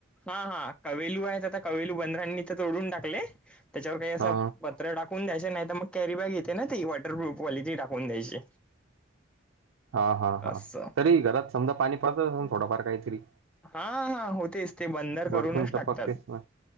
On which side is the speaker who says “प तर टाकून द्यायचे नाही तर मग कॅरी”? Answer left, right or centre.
Centre